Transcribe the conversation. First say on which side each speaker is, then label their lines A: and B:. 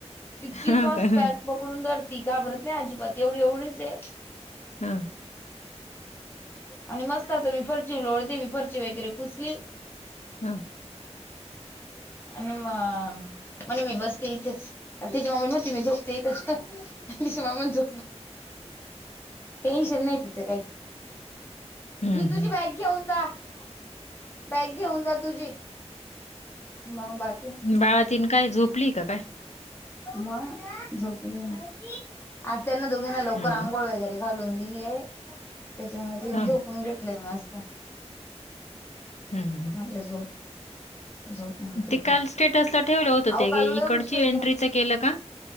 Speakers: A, on the left; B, on the left.
A: इतकी
B: हां
A: फास्ट
B: का? हां,
A: पॅक पकडून धरती घाबरत नाही अजिबात एवढी एवढीच आहे.
B: हां,
A: आणि मस्त आता मी फर्ची लोळते मी फर्ची वगैरे पुस ती.
B: हा.
A: आणि म <unintelligible> मी बसते इथेच. तिच्या मामा ना म्हणती मी झोपते इथच तिच्या मामा झोप टेन्शन नाही तिचं काही,
B: हं,
A: हि तुझी
B: हं.
A: बॅग घेऊन जा. <inaudible> बॅग घेऊन जा तुझी, मग बाकी.
B: बाळातिनं काय झोपली का काय?
A: मग झोपली नाही. आज त्यांना दोघांना लवकर
B: हां
A: आंघोळ
B: ना.
A: वगैरे घालून दिलीय. त्याच्यामुळे तेनी
B: हां.
A: झोपून घेतलेय मस्त.
B: हम्म.
A: म्हटलं जो झोप म्हटलं,
B: ते काल स्टेटसला ठेवलं होतं
A: आओ
B: ते
A: काल लय
B: इकडची
A: उशीर
B: एंट्रीचं
A: झाला.
B: केलं का?